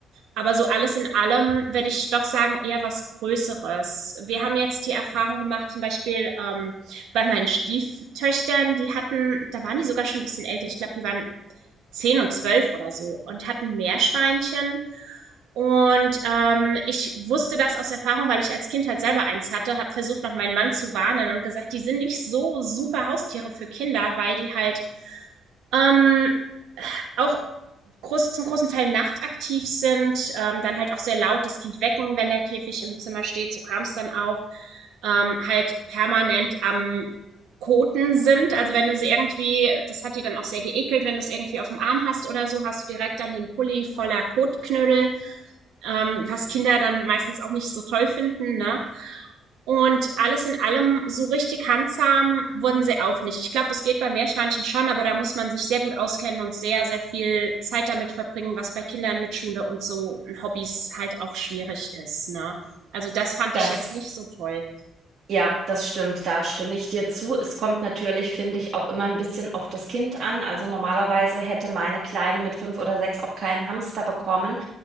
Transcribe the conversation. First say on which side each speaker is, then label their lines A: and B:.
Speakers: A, on the right; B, on the right.
A: Aber so alles in allem würde ich doch sagen, eher was Größeres. Wir haben jetzt die Erfahrung gemacht, zum Beispiel ähm, bei meinen Stieftöchtern, die hatten, da waren die sogar schon ein bisschen älter, ich glaube, die waren 10 und 12 oder so und hatten Meerschweinchen. Und ähm, ich wusste das aus Erfahrung, weil ich als Kind halt selber eins hatte, habe versucht, noch meinen Mann zu warnen und gesagt, die sind nicht so super Haustiere für Kinder, weil die halt ähm, auch groß, zum großen Teil nachtaktiv sind, ähm, dann halt auch sehr laut das Kind wecken, wenn der Käfig im Zimmer steht, so kam es dann auch, ähm, halt permanent am Koten sind. Also wenn du sie irgendwie, das hat die dann auch sehr geekelt, wenn du es irgendwie auf dem Arm hast oder so, hast du direkt dann den Pulli voller Kotknödel, ähm, was Kinder dann meistens auch nicht so toll finden. Ne? Und alles in allem, so richtig handsam wurden sie auch nicht. Ich glaube, das geht bei Meerschweinchen schon, aber da muss man sich sehr gut auskennen und sehr, sehr viel Zeit damit verbringen, was bei Kindern mit Schule und so Hobbys halt auch schwierig ist, ne? Also das fand
B: Das,
A: ich jetzt nicht so toll.
B: ja, das stimmt, da stimme ich dir zu. Es kommt natürlich, finde ich, auch immer ein bisschen auf das Kind an. Also normalerweise hätte meine Kleine mit fünf oder sechs auch keinen Hamster bekommen.